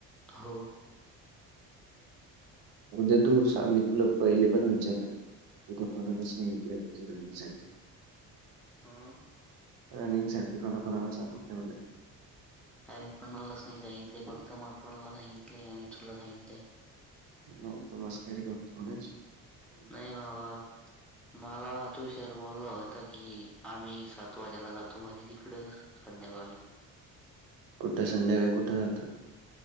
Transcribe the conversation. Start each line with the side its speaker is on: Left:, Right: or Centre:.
Centre: हो
Right: उद्या तू मी तुला पहिले पण विचारलं एथ कणाश नाही य त त मी सते
Centre: अं.
Right: रनिंग साठी कोरोकणा सग ठवले
Centre: अरे कोणालाच नाही सांगितलंय फक्त मकरांला सांगितलंय आणि तुला सांगितलंय
Right: नाही तू मस्करी करते म्हच
Centre: नाही बाबा मला तू श बोलला होता की आम्ही सात वाज्याला जातो म्हण तिकड संध्याकाळी
Right: कुठं संडे्याकाळी कुठं जातं